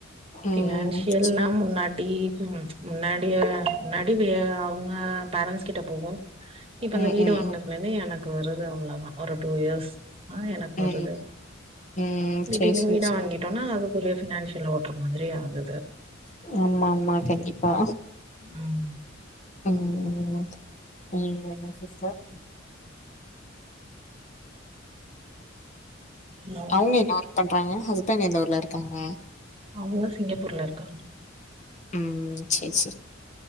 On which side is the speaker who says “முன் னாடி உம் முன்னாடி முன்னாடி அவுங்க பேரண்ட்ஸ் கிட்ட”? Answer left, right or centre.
Right